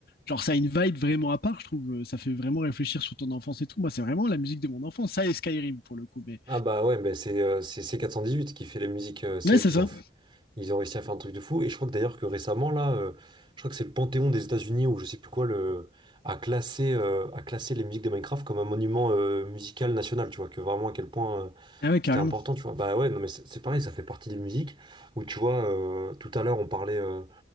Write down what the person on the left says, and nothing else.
Genre, ça a une vibe vraiment à part, je trouve. Euh, Ça fait vraiment réfléchir sur ton enfance et tout. Moi, c'est vraiment la musique de mon enfance. Ça et Skyrim pour le coup. Mais
ouais,
c'est
ça.
Ah ouais,
carrément.